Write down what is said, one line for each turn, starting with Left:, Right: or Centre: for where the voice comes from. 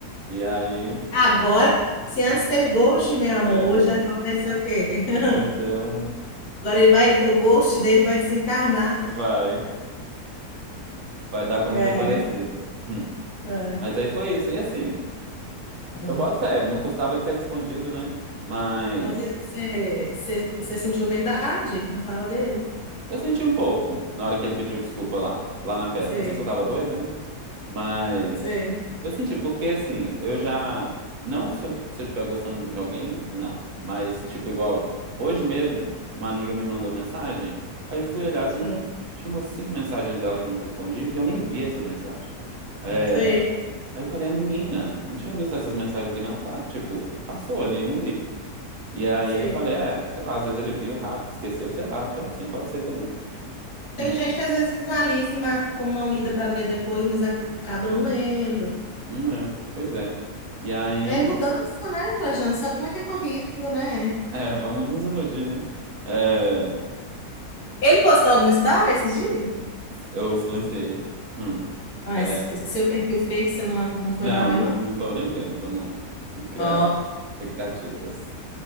Right: E aí.
Left: Agora, se antes
Right: <laughs>
Left: teve ghost, meu
Right: É,
Left: amor,
Right: meu
Left: hoje
Right: bem.
Left: agora vai ser o quê? <laughs>
Right: Vai ser um.
Left: Agora ele vai, o ghost dele vai desencarnar.
Right: Vai. Vai dar como
Left: É,
Right: desaparecido. Hum.
Left: vai.
Right: Mas aí foi isso. E assim,
Left: Hum.
Right: eu boto fé, não custava ele ter respondido, né? Mas
Left: Mas Você, você, você sentiu verdade na fala dele?
Right: eu senti um pouco na hora que ele pediu desculpa lá, lá na festa.
Left: Sei,
Right: Não sei se eu tava doida, né? Mas
Left: sei,
Right: eu senti, porque assim, eu já. Não se eu, se eu tiver gostando de alguém, não. Mas, tipo, igual, hoje mesmo, uma amiga me mandou mensagem. Aí eu fui olhar assim,
Left: hum,
Right: tinha umas cinco mensagens dela que eu não respondi e eu nem vi essas mensagens. É,
Left: sei,
Right: aí eu falei, a menina, não tinha visto essas mensagens aqui, não, sabe? Tipo, passou ali, eu não vi. E aí
Left: sei.
Right: eu falei, é, sei lá, às vezes ele viu rápido, esqueceu, sei lá. Então, assim, pode ser também.
Left: Tem
Right: Hum,
Left: gente que às vezes visualiza e marca como não lida para ler depois, mas acaba não lendo.
Right: hum, é, pois é. E aí.
Left: É mudança, né, Trajano? Sabe como é que é corrido, né?
Right: <laughs> É, vamos nos iludir, né? É,
Left: Ele postou algum história esses dias?
Right: eu silenciei ele. Hum.
Left: Ah,
Right: É,
Left: esse esse seu perfil fake, você não, não foi
Right: não,
Left: lá ver,
Right: não,
Left: não?
Right: não tô nem vendo pra não, não criar
Left: Ó,
Right: expectativas.